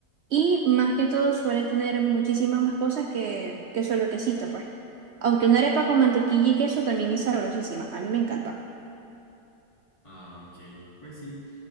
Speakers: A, on the right; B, on the left.
A: y más que todo suele tener muchísimas más cosas que, que solo quesito, pues. Aunque una arepa con mantequilla y queso también es sabrosísima, a mí me encanta.
B: Ah, ok. Pues sí.